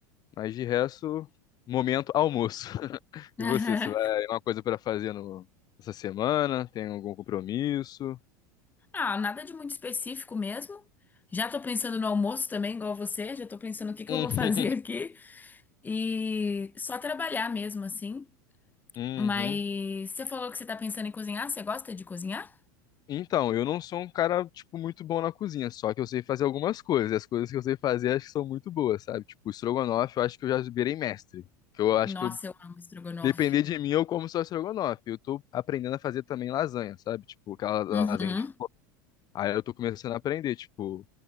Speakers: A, on the left; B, on the left.
A: Mas de resto, momento almoço. <laughs>
B: <laughs>
A: E
B: Aham.
A: você, você vai, uma coisa pra fazer no, essa semana? Tem algum compromisso?
B: Ah, nada de muito específico mesmo. Já tô pensando no almoço também, igual você, já tô pensando o que que
A: <laughs>
B: eu vou <laughs> fazer aqui. E só trabalhar mesmo, assim.
A: Uhum.
B: Mas você falou que você tá pensando em cozinhar, você gosta de cozinhar?
A: Então, eu não sou um cara, tipo, muito bom na cozinha, só que eu sei fazer algumas coisas, e as coisas que eu sei fazer acho que são muito boas, sabe? Tipo, estrogonofe, eu acho que eu já virei mestre, que eu acho
B: Nossa,
A: que eu,
B: eu amo estrogonofe.
A: depender de mim, eu como só estrogonofe. Eu tô aprendendo a fazer também lasanha, sabe? Tipo, aquela lasanha
B: Uhum.
A: de forno. Aí eu tô começando a aprender, tipo,